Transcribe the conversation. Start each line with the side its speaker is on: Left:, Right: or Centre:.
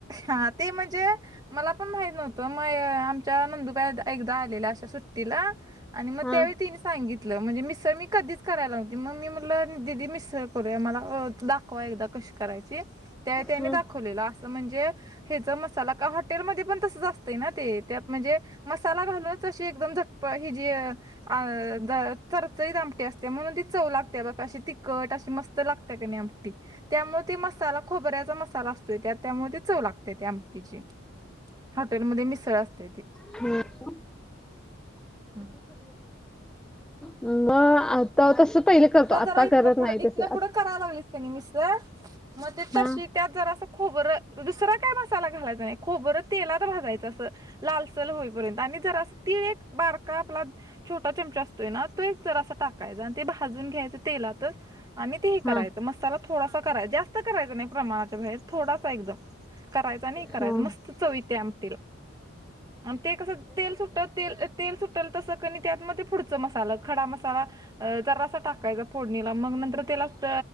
Right: हा ते म्हणजे मला पण माहित नव्हतं मय आमच्या नंदुबाई द एकदा आलेल्या अशा सुट्टीला. आणि मग
Centre: हां
Right: त्यावेळी तिने सांगित तलं म्हणजे मिसळ मी कधीच करायलाव्हती मग मी म्हटलं दीदि मिसळ करू मला दा को एकदा कशी करायची त्या त्यांनी
Centre: हां
Right: दाखवलेलं असं म्हणजे जर मसाला का हॉटेलमध्ये पण असते ना ते त्यात म्हणजे मसाला घालूनच अशी एकदम झटप हि जी अ अ ज चरचरीत आमटी असते म्हणून ती चव लागते बघ अशी तिखट अशी मस्त. त लागत्या कनई आमटी त्यामुळे ते मसाला खोबऱ्याचा मसाला असतोय त्यात. त्यामुळे ते चव लाग तेथे आमटीची हॉटेलमध्ये मिसळ असत्या ती.
Centre: <unintelligible>
Right: हम्म
Centre: म आता तसं पहिले करतो आता
Right: जरा इथनं
Centre: करत
Right: पुढं
Centre: नाही
Right: इथनं
Centre: तसं.
Right: पुढं करायला लागलीस कनई मस्त मग तशी
Centre: हा
Right: त्यात जरास खोबरं दुसरा काय मसाला घालायचा नाही. खोबरं तेलात भाजायचं असं लालसर होईपर्यंत आणि जरासं तिळ एक बारका आपला छोटा चमचा अस <unintelligible> टाकायचा आणि ते भाजून घ्यायच तेलातच आणि ते हे करायच
Centre: हा
Right: मसाला थोडासा करायचा. जास्त करायच नाही प्रमाणाच्या बाहेर. थोडासा एकदम करायच आणि हे करायचं
Centre: हा
Right: मस्त चव येत्या आमटीला. आणि ते कसं तेल सुट्ट तेल तेल सुटल तसं कनई त्यात मध्ये पुढच मसाला खडा मसाला अ जरासा टाकायचा. फोडणीला मग नंतर त्याला त